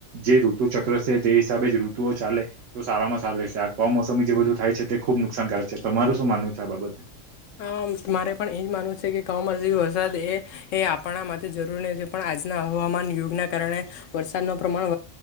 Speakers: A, on the right; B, on the left.
A: જે ઋતુ ચક્ર છે. તે હિસાબે, જ ઋતુઓ ચાલે તો સારામા સારું રહેશે આ કમોસમી જે બધું થાય છે, તે ખુબ નુકસાનકારક છે, તો તમારુ શું માનવું છે આ બાબતે
B: હ, મારે પણ એજ માનવું છે, કે કમસમી વરસાદ એ એ આપણા માટે જરૂરી છે, પણ આજના હવામાન, યોગના કારણે વરસાદનો પ્રમાણ